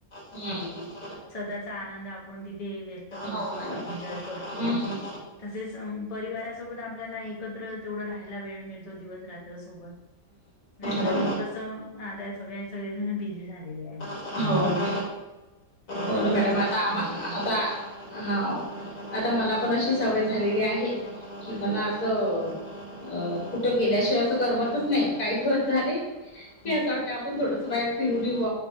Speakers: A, on the left (about 85°); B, on the left (about 25°).
A: हम्म
B: स्वतःचा आनंद आपण तिथे व्यक्त करतो
A: हो मॅडम
B: एन्जॉय करतो
A: हं हं
B: तसेच परिवारासोबत आपल्याला एकत्र तेवढं राहायला वेळ मिळत तो दिवस रात्र सोबत नाहीतर
A: हो
B: मग कसं आता सगळे सगळे जण बिझी झालेले आहे
A: ना हो ना
B: मुलं
A: हो ना
B: पण
A: मॅडम
B: अभ्यासामध्ये
A: आता आम आता हां आता मला पण अशी सवय झालेली आहे कि
B: हम्म
A: मला असं अ कुठं गेल्याशिवाय असं करमतच नाही काही दिवस झाले की
B: हो
A: असं वाटतं आपण थोड सयब फी रुली हु